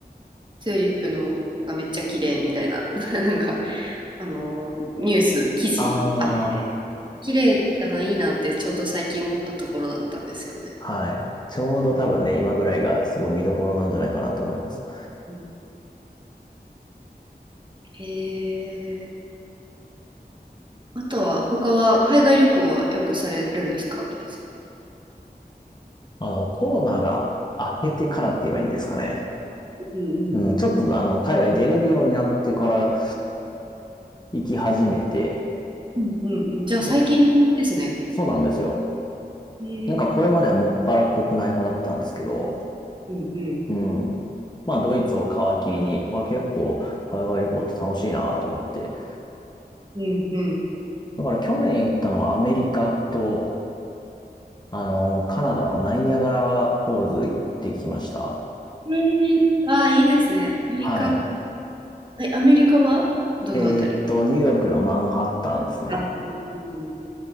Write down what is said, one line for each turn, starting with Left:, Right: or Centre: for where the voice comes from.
Right: チューリップのがめっちゃ綺麗みたいな、<laughs> なんかあのニュース、記事あって、
Left: あ
Right: 綺麗だな、いいなってちょうど最近思ったところだったんですよね。
Left: あ、はい。ちょうど多分ね、今ぐらいがすごい見どころなんじゃないかなと思います。
Right: うんへえ。あとは、他は海外旅行はよくされるんですか、ケイさ
Left: あの、コロナが明けてからって言えばいいんですかね。
Right: ん。うんうん
Left: うん、ちょっとあの、海外出れるようになってから行き始めて、
Right: うんうんうん。じゃあ最近ですね。
Left: で、そうなんですよ。
Right: へえ。
Left: なんかこれまではもっぱら国内派だったんですけど、
Right: うんうん
Left: うん。まあドイツを皮切りに、まあ結構海外旅行って楽しいなと思って。
Right: うんうん。
Left: だから去年行ったのはアメリカと、あの、カナダのナイニャガラフォールズ行ってきました。
Right: へえ。ああ、いいですね。アメリカ。
Left: はい。
Right: え、アメリカはどのあたり
Left: えーっと、ニューヨークのマンハッタンですね。
Right: あうんうんうん